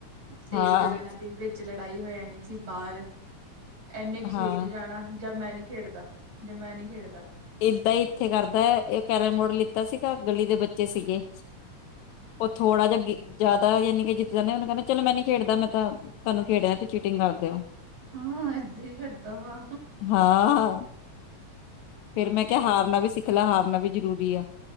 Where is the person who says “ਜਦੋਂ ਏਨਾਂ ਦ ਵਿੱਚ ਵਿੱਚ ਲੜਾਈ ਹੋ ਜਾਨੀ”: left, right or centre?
Right